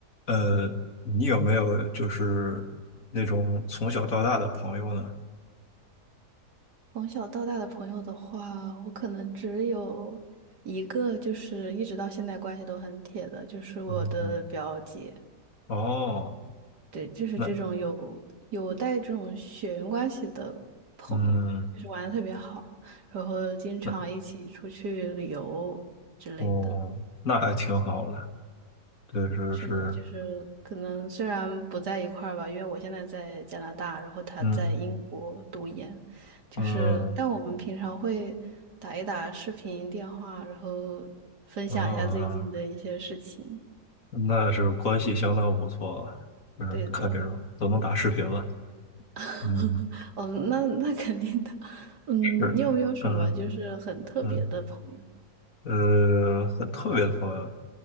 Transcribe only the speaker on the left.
呃，你有没有就是那种从小到大的朋友呢？
嗯，嗯哦，
那嗯，
那哦，那还挺好的，对，是是，
嗯
嗯
啊，那是关系相当不错了，嗯，
看这种都能打视频了，
嗯，
是，
嗯嗯，呃，很特别的朋友，